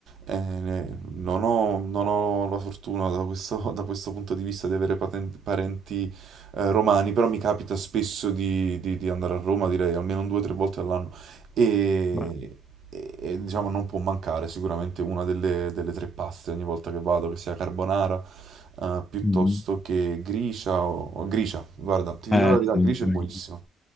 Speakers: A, on the right; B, on the left.
A: eh, ne- non ho, non ho la fortuna da questo, <laughs> da questo punto di vista di avere paten- parenti eh, romani, però mi capita spesso di, di- di andare a Roma, direi almeno un due o tre volte all'anno. E,
B: beh,
A: e, e, diciamo non può mancare sicuramente una delle, delle tre paste ogni volta che vado, che sia carbonara eh, piuttosto
B: mm.
A: che gricia o, o gricia. Guarda, ti
B: Eh
A: dico la verità,
B: sì,
A: gricia
B: anche
A: è buonissima.
B: la-